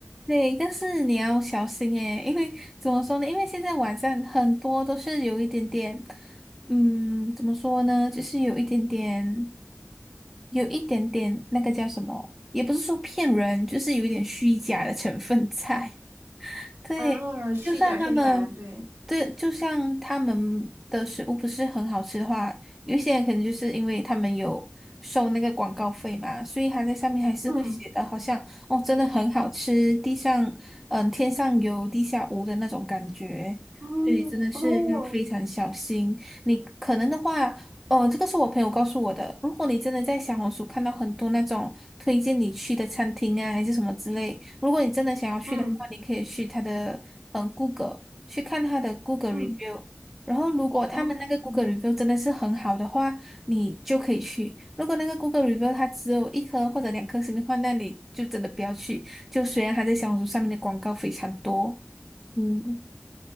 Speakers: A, in the centre; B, on the right.
A: 对，但是你要小心诶，因为怎么说呢？因为现在网上很多都是有一点点，嗯，怎么说呢？就是有一点点，有一点点那个叫什么？也不是说骗人，就是有一点虚假的成分在。对，
B: 啊，虚假宣传，
A: 就算他们，
B: 对，
A: 对，就像他们的食物不是很好吃的话，有一些人可能就是因为他们有收那个广告费嘛，所以他在上面还是会写的，
B: 嗯，
A: 好像哦，真的很好吃，地上嗯天上有地下无的那种感觉。
B: 哦
A: 所以真的是要非常小心。
B: 哦，
A: 你可能的话，哦，这个是我朋友告诉我的。如果你真的在小红书看到很多那种推荐你去的餐厅啊，还是什么之类，如果你真的想要去的话，
B: 嗯
A: 你可以去他的嗯 Google 去看他的 Google
B: 嗯
A: review。然后，如果他们那个
B: 嗯，
A: Google review 真的是很好的话，你就可以去。如果那个 Google review 它只有一颗或者两颗星的话，那你就真的不要去。就虽然它在小红书上面的广告非常多，嗯。